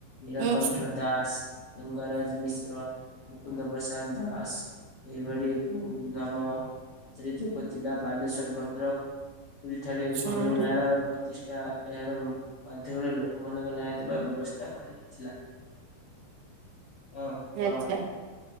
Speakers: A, on the left; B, on the right.
A: ନୀଳକଣ୍ଠ
B: ଉଁ
A: ଦାସ ଲିଙ୍ଗରାଜ ମିଶ୍ର। ମୁକୁନ୍ଦ ପ୍ରସାଦ ଦାସ। ଏହି ଭଳି ବହୁ ନାମ ଯୋଗ ଥିଲା ବାଲେଶ୍ଵର ଭଦ୍ରକ ପୁରୀ ଠାରେ ଘର
B: ହୁଁ
A: ନ୍ୟାୟାଳୟ ପ୍ରତିଷ୍ଟା ଏହାର ମାଧ୍ୟମରେ ଲୋକମାନଙ୍କ ନ୍ୟାୟ ଥିବା ବ୍ୟବସ୍ଥା କରାଯାଇଥିଲା। ହଁ କହ।
B: ଆଚ୍ଛା।